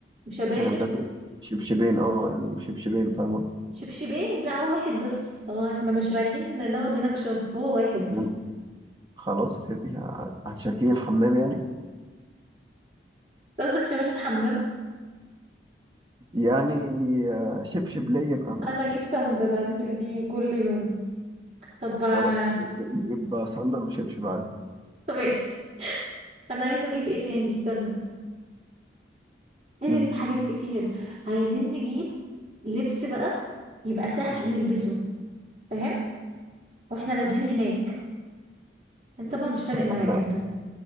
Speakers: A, on the right; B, on the right.
A: شباشب
B: يعني كنت عايز اجيب شبشبين اه يعني نجيب شبشبين فاهمة
A: شبشبين لا هو واحد بس هو احنا مش رايحين نقعد هناك شهر هو واحد
B: مم. خلاص يا ستي ه- هتشاركيني الحمام يعني
A: قصدك شباشب حمام
B: يعني آه، شبشب ليا فاهمة
A: انا اجيب صندل انزل بيه كل يوم طب
B: خلاص
A: <laughs>
B: نجيب صندل وشبشب عادي
A: طب ماشي انا عايزه اجيب ايه تاني استنى عايزه
B: مم.
A: اجيب حاجات كتير عايزين نجيب لبس بقى يبقى سهل
B: مم.
A: نلبسه فاهم واحنا نازلين هناك انت طبعا مش فارق
B: طب
A: معاك
B: احنا
A: انت